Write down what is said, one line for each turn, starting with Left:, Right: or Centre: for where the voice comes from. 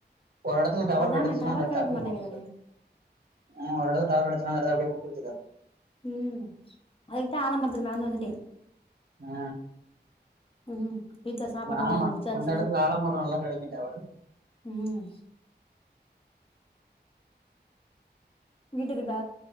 Right: ஒரு எடத்துல டவர்
Left: அதானே
Right: கெடச்சுனா
Left: டவர்
Right: அந்த எடத்து
Left: கிடைக்க
Right: அப்டியே
Left: மாட்டேங்குதுனே
Right: போட்டு போ ஆ ஒரு இடத்துல டவர் கெடச்சன்னா அந்த எடத்த அப்படியே போட்டு வச்சிக்க
Left: உம் அதுக்குதா ஆலமரத்துக்கு நடந்து வந்துட்டே
Right: அ
Left: உம் வீட்ல சாப்பாட்ட
Right: ஆமா
Left: வேலை முடிச்சாச்சு
Right: அந்த எடத்துல ஆலமரம் நல்லா கெடைக்கு டவரு
Left: உம் வீட்டுக்கிட்ட